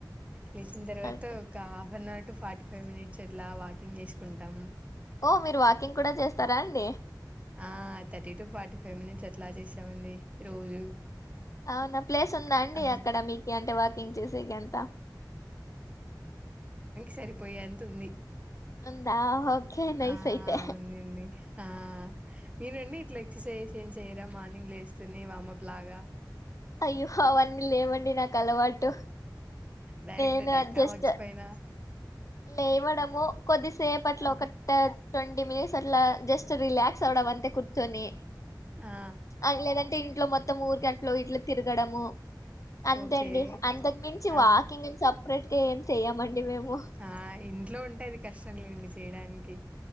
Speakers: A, on the right (about 15°); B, on the left (about 45°).
A: లేచిన తర్వాత
B: ఓకే.
A: ఒక one hour to forty five minutes ఎట్లా వాకింగ్ చేసుకుంటాం.
B: ఓ మీరు వాకింగ్ కూడా చేస్తారా అండి?
A: ఆ thirty to forty five minutes అట్లా చేసామండి రోజు
B: అవునా ప్లేస్ ఉందా అండి
A: ఆ
B: అక్కడ మీకు అంటే వాకింగ్ చేసేకి అంత?
A: సరిపోయే అంత ఉంది.
B: ఉందా ఓకే నైస్
A: ఆ
B: అయితే
A: అవునండి ఆ నేనండి ఇట్లా ఎక్సర్సైజ్ ఏం చేయరా మార్నింగ్ లే వేస్తుని వామప్ లాగా
B: అయ్యో అవన్నీ లేమండి నాక్ తలవాటు
A: డైరెక్ట్
B: నేను
A: అటాక్
B: అడ్జస్ట్
A: వర్క్స్ పైన
B: లేవడము కొద్దిసేపట్లో
A: ఆ
B: ఒక థర్ట్ ట్వంటీ మినిట్స్ అట్లా జస్ట్ రిలాక్స్ అవడం అంతే కూర్చొని
A: ఆ
B: అ లేదంటే ఇన్ లో మొతము ఊరుకట్లో ఇట్ తిరగడము అంతండి
A: ఓకే
B: అంతకు మించి
A: ఆ
B: వాకింగ్ సపరేట్ ఏం చెయమండి మేము
A: ఆ ఇంట్లో ఉంటాది కష్టం లేండి చేయడానికి